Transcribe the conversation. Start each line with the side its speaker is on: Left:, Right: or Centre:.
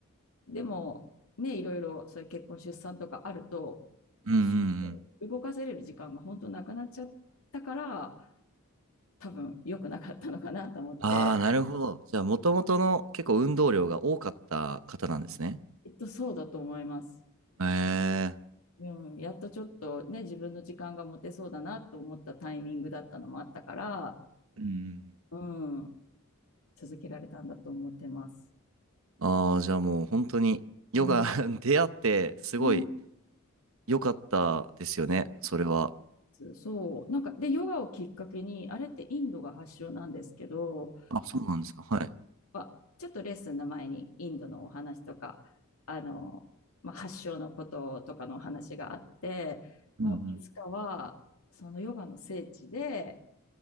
Left: でもね、いろいろそういう結婚、出産とかあると、
Right: うんう
Left: そ
Right: ん
Left: う動かせれる時間が本当なくなっちゃったから、多分良くなかったのかなと思って、
Right: ああ、なるほど。じゃあ、もともとの結構運動量が多かった方なんですね。
Left: きっとそうだと思います。
Right: へえ。
Left: うん、やっとちょっとね、自分の時間が持てそうだなと思ったタイミングだったのもあったから、
Right: うん。
Left: うん、続けられたんだと思ってます。
Right: ああ、じゃあもう本当に、ヨガ
Left: うん。
Right: <laughs> 出会って、すごい
Left: うん
Right: 良かったですよね。それは。
Left: そう。なんか、で、ヨガをきっかけに、あれってインドが発祥なんですけど、
Right: あ、そうなんですか。はい。
Left: まあちょっとレッスンの前にインドのお話とか、あの、まあ、発祥のこととかのお話があって、もういつかは、
Right: うんうん。
Left: そのヨガの聖地で、